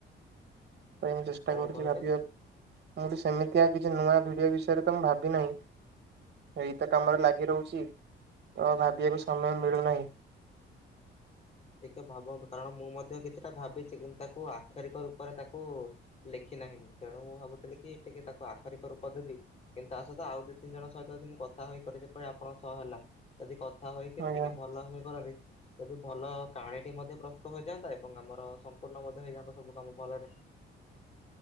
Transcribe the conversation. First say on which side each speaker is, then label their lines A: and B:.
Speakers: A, on the right; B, on the left.
A: ପାଇଁ ମୁଁ ଚେଷ୍ଟା
B: କଣ
A: କରୁଛି
B: କହିଲେ?
A: ଭାବିବାକୁ ମୁଁ ବୋଲି ସେମିତି କିଛି ନୂଆ ଭିଡ଼ିଓ ବିଷୟରେ ତ ମୁଁ ଭାବି ନାହିଁ। ଏଇତ କାମରେ ଲାଗି ରହୁଛି। ତ ଭାବିୟାକୁ ସମୟ ମିଳୁନାହିଁ।
B: ଟିକେ ଭାବନ୍ତୁ କାରଣ ମୁଁ ମଧ୍ୟ କିଛିଟା ଭାବିଛି କିନ୍ତୁ ତାକୁ ଆକ୍ଷରିକ ରୂପରେ ତାକୁ ଲେଖି ନାହିଁ ମୁଁ ତେଣୁ ମୁଁ ଭାବୁଥିଲି କି ଟିକେ ତାକୁ ଆଖରିକ ରୂପ ଦେବି। କିନ୍ତୁ ତା ସହିତ ଆଉ ଦିଇ ତିନ ଜଣ ସହିତ ମୁଁ କଥା ହେଇ କରେ ଯେପରି ଆପଣ ହେଲା ଯଦି କଥା ହୋଇକିରି
A: ଆଜ୍ଞା
B: ଟିକେ ଭଲ ସେ କରନ୍ତି। ତେବେ ଭଲ କାହାଣୀଟି ମଧ୍ୟ ପ୍ରସ୍ତୁତ ହେଇଯାଆନ୍ତା ଏବଂ ଆମର ସମ୍ପୂର୍ଣ୍ଣ ମଧ୍ୟ ହେଇଯାନ୍ତା ସବୁ କାମ ଭଲରେ।